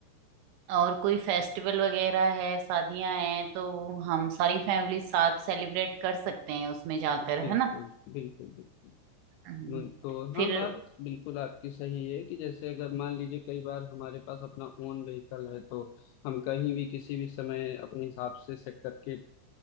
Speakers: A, on the right; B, on the left.
A: और कोई फेस्टिवल वगैरह है शादियां हैं तो हम सारी फैमिली साथ सेलिब्रेट कर सकते हैं उसमें जाकर
B: बिल्कुल
A: है ना
B: बिल्कुल बिल्कुल
A: हम्म।
B: बिल्कुल
A: फिर
B: हाँ बात बिल्कुल आपकी सही है कि जैसे अगर मान लीजिए कई बार हमारे पास अपना ओन व्हीकल है तो हम कहीं भी किसी भी समय अपने हिसाब से सेट करके